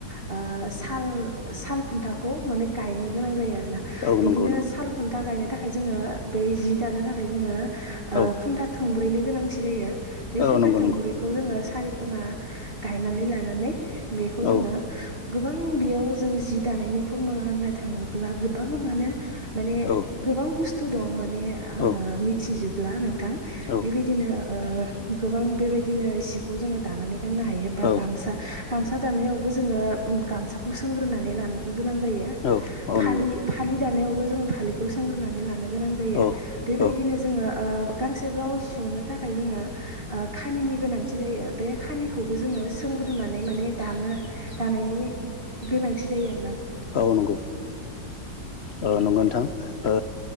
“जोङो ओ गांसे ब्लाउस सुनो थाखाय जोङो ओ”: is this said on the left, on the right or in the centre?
Right